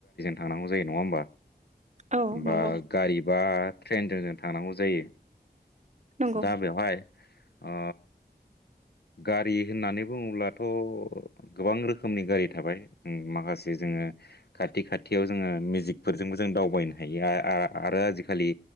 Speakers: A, on the left; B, on the right.
A: थांनांगौ जायो नङा होमबा।
B: औ
A: बा
B: नंगौ
A: गारि बा ट्रेनजों जों थांनांगौ जायो।
B: नंगौ
A: दा बेवहाय अ। गारि होननानै बुङोब्लाथ'। गोबां रोखोमनि गारि थाबाय उम माखासे जोङो। खाथि खाथियाव जोङो मेजिकफोरजोंबो जों दावबायनो हायो आ आ आरो आजिखालि।